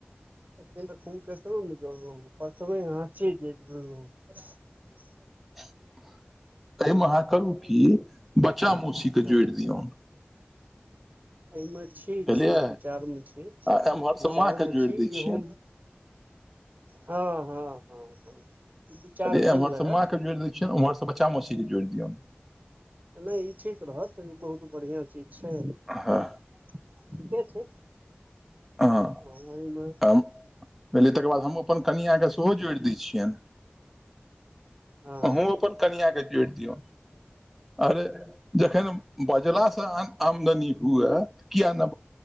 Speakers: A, on the right; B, in the centre.
A: एखन तो खुमककेकरो नहि जोड़लौ हैजल ब प्रथम हच
B: <inaudible> एहिमे अहाँ करू कि बच्चा मौसी केँ
A: हँ
B: जोइड़ दियौन
A: एहिमे छी
B: बुझलियै
A: छी विचार मे छी
B: आ एम्हरसँ
A: विचार
B: माँके
A: मे
B: जोड़ि
A: छी
B: दै
A: इहो
B: छियनि
A: हँ हँ हँ हँ विचार
B: कहे
A: भेल
B: एम्हरसे
A: रहए
B: माँके जोइड़ दै छियनि ओम्हरसे बच्चा मौसीके जोइड़ दियौन
A: नहि ई ठीक रहत ई बहुत बढ़िआं चीज छै
B: हँ
A: ठीके छै
B: हँ
A: एहिमे
B: तम पहिले तकर बाद हम अपन कनिआके सेहो जोइड़ दै छियैन
A: हँ
B: अहूँ अपन कनिआँ के जोइड़ दियौन अरे जखन बजला सँ अन आमदनी हुए किया न